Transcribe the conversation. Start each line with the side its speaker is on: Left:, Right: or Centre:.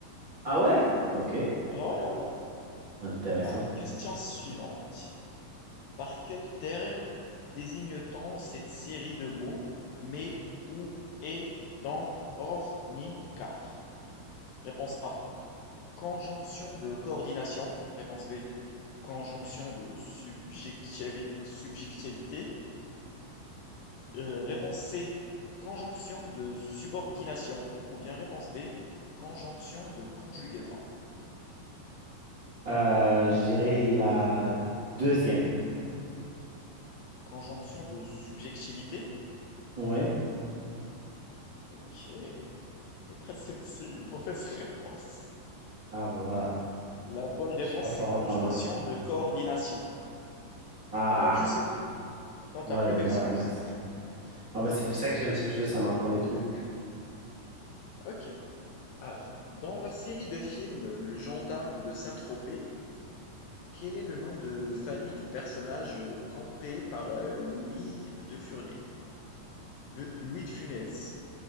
Right: Ah ouais? Ok,
Left: Ouais, ouais. ouais.
Right: intéressant.
Left: Alors, question suivante. Par quel terme désigne-t-on cette série de mots mais, ou, et, donc, or, ni, car? Réponse A. Conjonction de coordination. Réponse B. Conjonction de subjectivi- subjectivité. Euh, réponse C. Conjonction de subordination. Ou bien réponse D. Conjonction de conjugaison.
Right: Euh, je dirais la deuxième.
Left: Conjonction de subjectivité.
Right: Oui.
Left: Ok. Et bien, c'est une mauvaise réponse.
Right: Ah, bah voilà.
Left: La bonne réponse,
Right: Je suis pas fort
Left: c'est conjonction
Right: en grammaire.
Left: de coordination.
Right: Ah,
Left: Maintenant, tu sais. Maintenant, t'as
Right: ouais,
Left: plus
Right: ben
Left: d'excuses.
Right: voilà, merci. Ah, bah c'est pour ça que j'aime ce jeu, ça m'apprend des trucs.
Left: Ok. Alors, dans la série de films Le gendarme de Saint-Tropez, quel est le nom de famille du personnage euh, campé par euh, Louis de Funès De Louis de Funès.